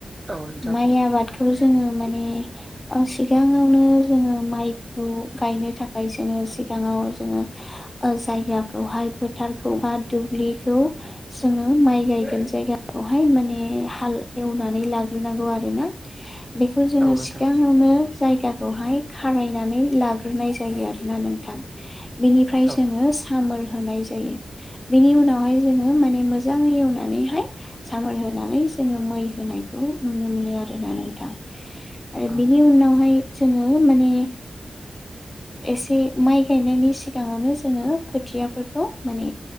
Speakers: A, on the right (about 25°); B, on the left (about 25°).
A: औ नोंथां
B: माइ
A: औ
B: आबादखौ जोङो माने। सिगाङावनो जोङो माइखौ गायनो थाखाय जोङो। सिगाङाव जोङो जायगाखौहाय फोथारखौ बा दुब्लिखौ जोङो। माइ गायगोन जायगाखौहाय माने हाल एवनानै लाग्रोनांगौ आरोना। बेखौ जोङो
A: औ नोंथां
B: सिगाङावनो जायगाखौहाय खारायनानै लाग्रोनाय जायो आरोना नों बेनिफ्राय
A: औ
B: जोङो सामार होनाय बेनि उनावहाय जोङो माने मोजाङै एवनानैहाय सामार होनानै जोङो। मै होनायखौ नुनो मोनो आरोना नोंथां। आरो
A: औ
B: बिनि उनावहाय जोङो माने एसे माइ गायनायनि सिगाङावनो जोङो खोथियाफोरखौ माने